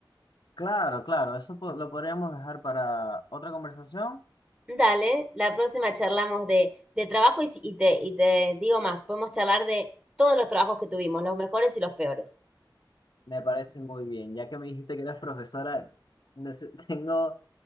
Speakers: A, on the left; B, on the right.
A: claro, claro, eso po- lo podríamos dejar para otra conversación.
B: Dale, la próxima charlamos de, de trabajo y, si- y te, y te digo más, podemos charlar de todos los trabajos que tuvimos, los mejores y los peores.
A: Me parece muy bien, ya que me dijiste que eras profesora, nece- <laughs> tengo,